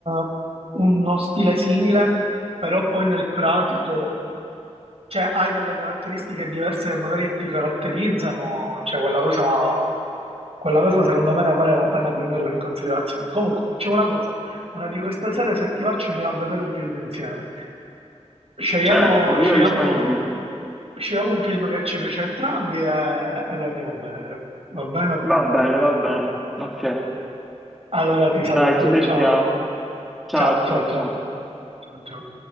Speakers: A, on the right (about 60°); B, in the centre.
A: eh, uno stile simile, però poi nel pratico Cioè, hai delle caratteristiche diverse che magari ti caratterizzano, cioè quella cosa, quella cosa secondo me ne vale la pena prenderla in considerazione. Comunque, facciamo una cosa, una di queste sere se ti faccio andiamo a vedere un film insieme. Scegliamo,
B: Certo,
A: scegliamo,
B: io disponibile.
A: scegliamo un film che ci piace a entrambi e, e lo andiamo a vedere, va bene?
B: Va bene, va bene. Ok.
A: Allora ti saluto,
B: Dai, ci sentiamo.
A: ciao,
B: Ciao,
A: ciao, ciao,
B: ciao,
A: ciao,
B: ciao.
A: ciao, ciao.